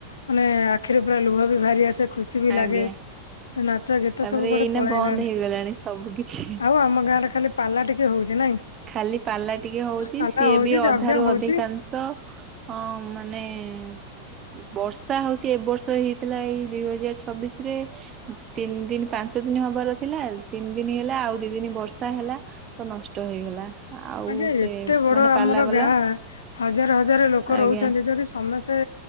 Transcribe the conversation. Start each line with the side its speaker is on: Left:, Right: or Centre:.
Left: ମାନେ-ଏ-ଏ ଆଖିରେ ପୁରା ଲୁହ ବି ବାହାରି ଆସେ ଖୁସି ବି
Right: ଆଜ୍ଞା
Left: ଲାଗେ। ସେ ନାଚ ଗୀତ
Right: ତାପରେ
Left: ସବୁ କୁଆଡେ
Right: ଏଇନା
Left: ସବୁ ପଳେଇଲାଣି
Right: ବନ୍ଦ ହେଇଗଲାଣି ସବୁ କିଛି।
Left: ଆଉ ଆମ ଗାଁରେ ଖାଲି ପାଲା ଟିକେ ହଉଛି ନାଇଁ?
Right: ଖାଲି ପାଲା ଟିକେ ହଉଚି
Left: ପାଲା
Right: ସିଏ
Left: ହଉଛି
Right: ବି ଅଧାରୁୁ
Left: ଯଜ୍ଞ ହଉଛି
Right: ଅଧିକାଂଶ ଅ ମାନେ-ଏ-ଏ-ଏ ବର୍ଷା ହଉଛି ଏବ ବର୍ଷ ହେଇଥିଲା ଏଇ ଦୁଇ ହଜାର ଛବିଶ ରେ। ତିନି ଦିନ ପାଞ୍ଚ ଦିନ ହବାର ଥିଲା ତିନି ଦିନ ହେଲା ଆଉ ଦି ଦିନ ବର୍ଷା ହେଲା। ତ ନଷ୍ଟ ହେଇଗଲା। ଆଉ
Left: ଆଗେ
Right: ସେ
Left: ଏତେ ବଡ
Right: ମାନେ
Left: ଆମର
Right: ପାଲା ବାଲା
Left: ଗାଁ-ଆ-ଆ ହଜାର ହଜାର ଲୋକ
Right: ଆଜ୍ଞା
Left: ରହୁଛନ୍ତି ଯଦି ସମସ୍ତେ